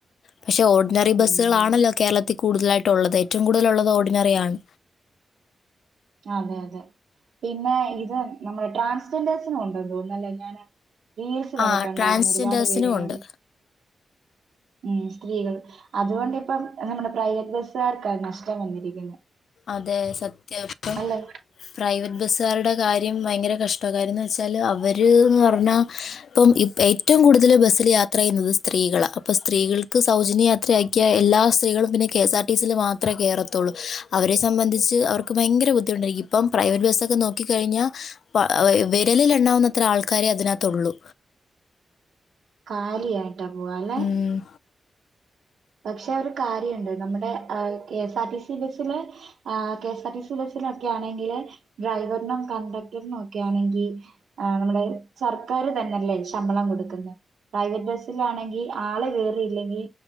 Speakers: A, on the left (about 75°); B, on the right (about 85°).
A: പക്ഷേ ഓർഡിനറി
B: ഉം
A: ബസ്സുകളാണല്ലോ കേരളത്തിൽ കൂടുതലായിട്ടും ഉള്ളത് ഏറ്റവും കൂടുതലുള്ളത് ഓർഡിനറിയാണ്
B: അതെ അതെ പിന്നെ ഇത് നമ്മുടെ ട്രാൻസ്ജെൻഡേഴ്സിന് ഉണ്ട് തോന്നുന്നല്ലേ ഞാൻ റീൽസിലൊക്കെ
A: ആ
B: കണ്ടായിരുന്നു
A: ട്രാൻസ്ജെൻഡേഴ്സിനും
B: ഒരുപാട് പേര് <inaudible>
A: ഉണ്ട്
B: ഉം സ്ത്രീകൾ അതുകൊണ്ട് ഇപ്പം നമ്മുടെ പ്രൈവറ്റ് ബസ്സാർക്കാണ് നഷ്ടം വന്നിരിക്കുന്നത്
A: അതെ സത്യ ഇപ്പം
B: അല്ലെ
A: പ്രൈവറ്റ് ബസ്സുകാരുടെ കാര്യം ഭയങ്കര കഷ്ടക്കാരന്ന് വെച്ചാല് അവര്ന്ന് പർഞ്ഞാ ഇപ്പം ഇ ഏറ്റവും കൂടുതൽ ബസ്സിൽ യാത്ര ചെയ്യുന്നത് സ്ത്രീകളാണ് അപ്പൊ സ്ത്രീകൾക്ക് സൗജന്യ യാത്രയാ ക്ക്യ എല്ലാ സ്ത്രീകളും പിന്നെ കെ എസ് ആർ ടി സിയിൽ മാത്രേ കേറത്തുള്ളൂ അവരെ സംബന്ധിച്ച് അവർക്ക് ഭയങ്കര ബുദ്ധിമുട്ടായിരിക്കും ഇപ്പം പ്രൈവറ്റ് ബസ്സൊക്കെ നോക്കിക്കഴിഞ്ഞാ പ്പ വി വിരലിൽ എണ്ണാവുന്നത്ര ആൾക്കാരെ അതിനകത്ത് ഒള്ളു
B: കാലിയായിട്ടാ പോവാ ല്ലെ
A: ഉം.
B: പക്ഷെ ഒരു കാര്യമുണ്ട് നമ്മുടെ കെ എസ് ആർടി സി ബസില് ആഹ് K S R T C ബസില് ഒക്കെ ആണെങ്കില് ഡ്രൈവറിനും കണ്ടക്ടറിനും ഒക്കെ ആണെങ്കി ആ നമ്മുടെ സർക്കാർ തന്നല്ലേ ശമ്പളം കൊടുക്കുന്നത് പ്രൈവറ്റ് ബസ്സിലാണെങ്കി ആള് കേറിയില്ലെങ്കി